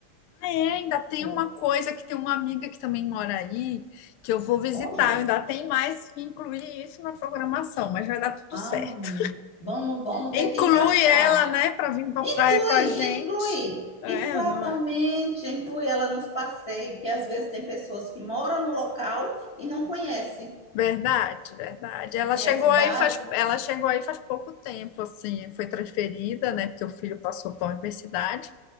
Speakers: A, on the left; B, on the left.
A: Ah, é, ainda tem
B: É.
A: uma coisa que tem uma amiga que também mora aí, que eu vou visitar.
B: Olha,
A: Ainda tem mais que incluir isso na programação, mas vai dar tudo
B: ah,
A: certo.
B: vamos, vamos
A: Inclui
B: ter que encaixar.
A: ela, né, para vir para
B: Inclui,
A: a praia com a gente.
B: inclui.
A: É,
B: Exatamente,
A: não é?
B: inclui ela nos passeios, porque às vezes tem pessoas que moram no local e não conhecem,
A: Verdade, verdade. Ela
B: não conhece
A: chegou
B: vários
A: aí faz,
B: lugares.
A: ela chegou aí faz pouco tempo, assim, foi transferida, né? Porque o filho passou para a universidade.